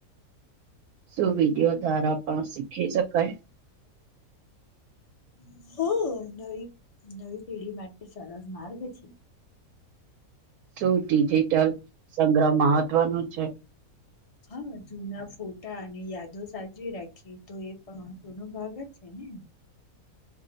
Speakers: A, on the right (about 80°); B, on the left (about 40°).
A: શું વિડિયો દ્વારા પણ શીખી શકાય?
B: <unintelligible> નવી પેઢી માટે સરળ માર્ગ છે.
A: શું ડિજિટલ સંગ્રહ મહત્વનું છે?
B: હા, જૂના ફોટા અને યાદો સાજવી રાખીએ તો એ પણ મહત્વ નો ભાગ જ છે ને.
A: <inaudible>